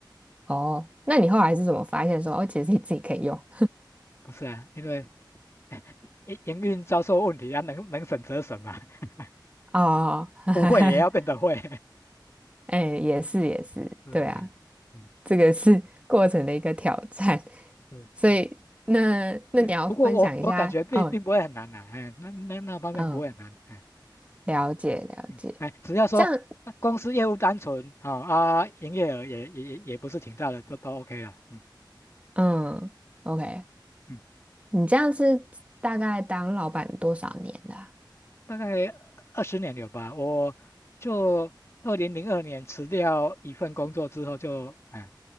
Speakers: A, on the right; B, on the left.
A: 哦，那你后来是怎么发现说哦，其实你自己可以用？
B: 不是啊，因为 <laughs> 哎营营运遭受问题啊，能能省则省嘛，<laughs>
A: <laughs> 哦，
B: 不会也要变得会，
A: <laughs> 哎，也是也是，
B: <laughs> 是，
A: 对啊。
B: 哎嗯
A: 这个是 <laughs> 过程的一个挑战。
B: 是嗯，
A: 所以，那那你要分享一下，
B: 对，不过我我感觉并并不会很难呐、
A: 哦，
B: 哎，那那那方面不会很难，
A: 嗯，
B: 哎。
A: 了解了解，
B: 嗯，哎，只要说呃公司业务单纯啊啊，
A: 这样，
B: 营业额也也也也不是挺大的，都都 OK 了。嗯
A: 嗯，OK，
B: 嗯，
A: 你这样是大概当老板多少年的啊
B: 大概二十年有吧。我就二零零二年辞掉一份工作之后就，哎